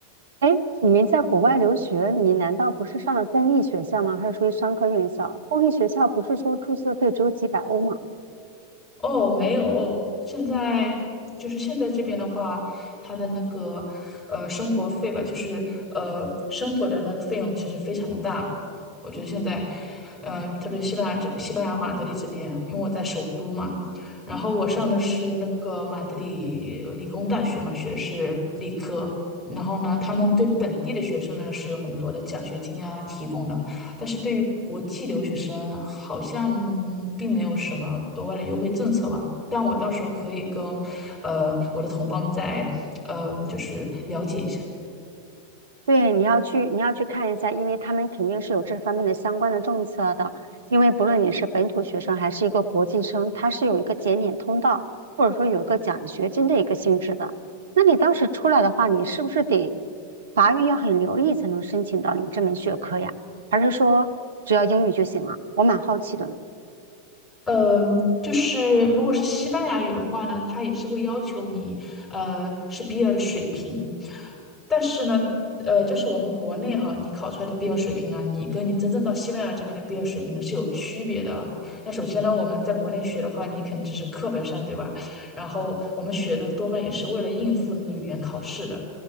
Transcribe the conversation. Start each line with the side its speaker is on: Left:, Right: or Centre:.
Right: 哎，你们在国外留学，你难道不是上了公立学校吗？还是属于商科院校？公立学校不是说注册费只有几百欧吗？
Left: 哦，没有，现在就是现在这边的话，他的那个呃生活费吧，就是呃生活的那个费用其实非常的大。我觉得现在，呃，特别西班牙这西班牙马德里这边，因为我在首都嘛，然后我上的是那个马德里理工大学嘛，学的是理科。然后呢，他们对本地的学生呢是有很多的奖学金啊提供的。但是对于国际留学生，好像并没有什么额外的优惠政策吧。但我到时候可以跟，呃，我的同胞们再，呃，就是了解一下。
Right: 对，你要去，你要去看一下，因为他们肯定是有这方面的相关的政策的。因为不论你是本土学生还是一个国际生，它是有一个减免通道，或者说有一个奖学金的一个性质的。那你当时出来的话，你是不是得法语要很流利才能申请到你这门学科呀？还是说只要英语就行了？我蛮好奇的。
Left: 嗯，就是如果是西班牙语的话呢，它也是会要求你，呃，是 B2 的水平。但是呢，呃，就是我们国内哈，你考出来的 B2 水平呢，你跟你真正到西班牙这边的 B2 水平呢是有区别的啊。那首先呢，我们在国内学的话，你肯定只是课本上，对吧？然后我们学的多半也是为了应付那个语言考试的。